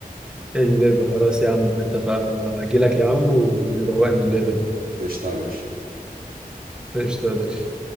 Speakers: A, in the centre; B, on the right (about 70°).
A: الليبه خلاص يا عم اتفقنا انا هجي لك يا عم وروقني الليبه دي
B: قشطه يا باشا
A: ايش